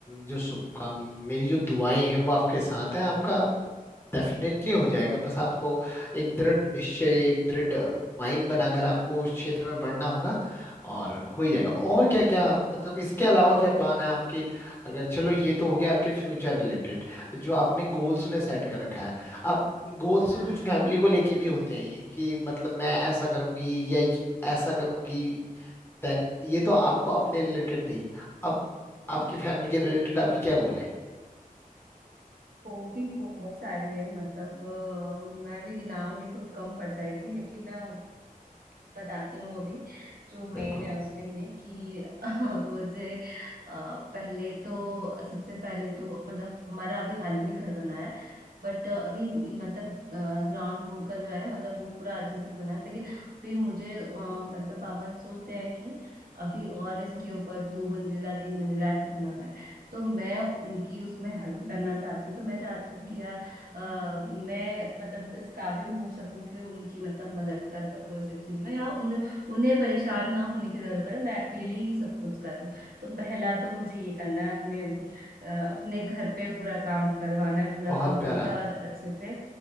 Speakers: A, on the left; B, on the right.
A: जो शुभकाम मेरी जो दुआएं हैं वो आपके साथ हैं आपका डेफिनेटली हो जाएगा बस आपको एक दृढ़ निश्चय एक दृढ़ माइंड बनाकर आपको उस क्षेत्र में बढ़ना होगा और हो ही जाएगा और क्या क्या मतलब इसके अलावा क्या प्लान है आपके अगर चलो ये तो हो गया आपके फ्यूचर रिलेटेड जो आपने गोल्स
B: हम्म
A: में सेट कर रखा है अब गोल्स
B: हम्म
A: कुछ फैमिली को लेके
B: हॉबी
A: भी होते हैं कि मतलब मैं ऐसा करूंगी या ये- ऐसा करूंगी देन ये तो आपको अपने रिलेटेड थी अब आपकी फैमिली के रिलेटेड आपकी क्या गोल है
B: बहुत सारी है मतलब अ, मैं भी गिनाऊंगी तो कम पड़ जाएगी लेकिन अ, बताती हूँ वो भी जो
A: बिल्कुल
B: मेन है उसमें ये कि <laughs> मुझे अ, पहले तो सबसे पहले तो मतलब हमारा अभी हाल ही में घर बना है बट अभी मतलब ग्राउंड फ्लोर का जो है मतलब वो पूरा अच्छे से बना है लेकिन अभी मुझे अ, मतलब पापा सोचते हैं कि अभी और इसके ऊपर दो मंजिला तीन मंजिला ऐसे बनाना है तो मैं उनकी उसमें हेल्प करना चाहती हूँ तो मैं चाहती हूँ कि यार आ, मैं मतलब इस काबिल हो सकूं कि उनकी मतलब मदद कर सकूं इस चीज में या उन, उन्हें परेशान ना होने की जरूरत है मैं अकेले ही सब कुछ कर लूं तो पहला तो मुझे ये करना है अपने अ, अपने घर पे पूरा काम करवाना है पूरा
A: बहुत
B: कंप्लीट
A: प्यारा
B: और अच्छे से